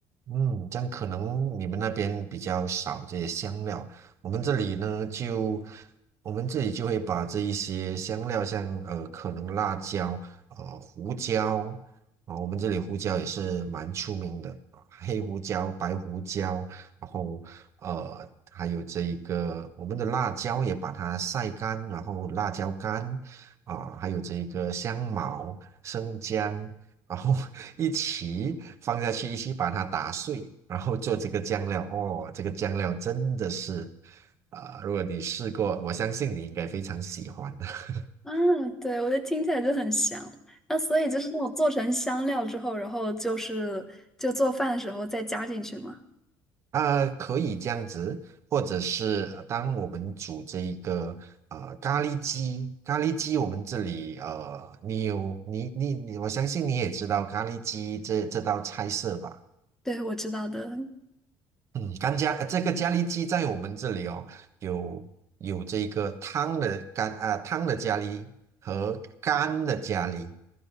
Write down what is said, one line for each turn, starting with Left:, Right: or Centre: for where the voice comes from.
Right: 嗯，这样可能你们那边比较少这些香料，我们这里呢就，我们这里就会把这一些香料像，呃可能辣椒、呃胡椒啊、我们这里胡椒也是蛮出名的啊，黑胡椒、白胡椒，然后呃还有这一个我们的辣椒也把它晒干，然后辣椒干啊、还有这一个香茅、生姜然后 <laughs> 一起放下去，一起把它打碎，然后做这个酱料。哦，这个酱料真的是，啊、如果你试过，我相信你应该非常喜欢的。<laughs>
Centre: 啊，对，我觉得听起来就很香。那所以就是那种做成香料之后，然后就是就做饭的时候再加进去嘛。
Right: 啊、可以这样子，或者是呃当我们煮这一个呃咖喱鸡，咖喱鸡我们这里呃，你有你你你，我相信你也知道咖喱鸡这这道菜色吧？
Centre: 对，我知道的。
Right: 嗯，干加呃这个咖喱鸡在我们这里哦，有有这个汤的干啊、汤的咖喱和干的咖喱